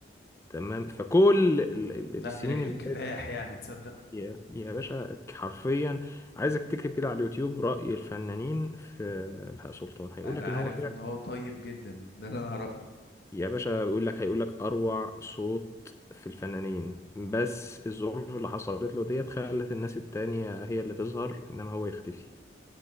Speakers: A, on the left; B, on the left.
A: تمام فكل ال- ال-
B: لا
A: السنين
B: دي رحله
A: اللي
B: كفاح
A: فاتت
B: يعني تصدق
A: يا يا باشا حرفيا عايزك تكتب كده على اليوتيوب رأي الفنانين في بهاء سلطان هيقول
B: انا
A: لك ان
B: عارف
A: هو
B: ان هو طيب جدا ده اللي انا اعرفه
A: يا باشا بيقول لك هيقول لك اروع صوت في الفنانين بس الظروف اللي حصلت له ديت خلت الناس التانية هي اللي تظهر انما هو يختفي